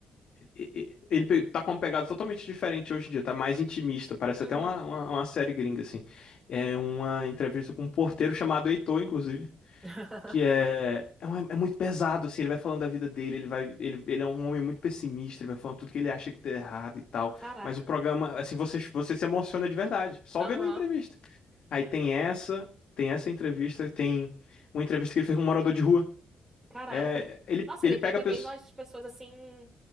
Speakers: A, on the left; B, on the right.
A: e- e- Ele pe- tá com uma pegada totalmente diferente hoje em dia, tá mais intimista, parece
B: Uhum.
A: até uma, uma, uma série gringa, assim. É uma entrevista com um porteiro chamado Heitor, inclusive,
B: <laughs>
A: que é, é, um- é muito pesado, assim, ele vai falando da vida dele, ele vai, ele, ele é um homem muito pessimista, ele vai falando tudo que ele acha que deu errado e tal,
B: Caraca.
A: mas o programa, assim, você, você se emociona de verdade, só
B: Aham.
A: vendo a entrevista. Aí tem essa, tem essa entrevista, tem uma entrevista que ele fez com um morador de rua.
B: Caraca.
A: É, ele,
B: Nossa,
A: ele
B: ele pega
A: pega pessoas
B: mesmo as pessoas assim.